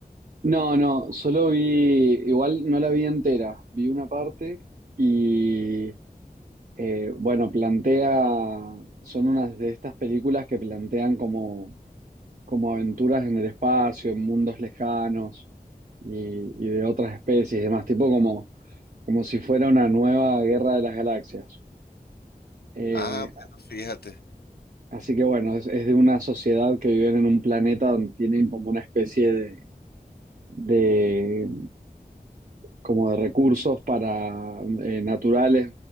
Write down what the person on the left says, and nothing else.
Ah, bueno, fíjate.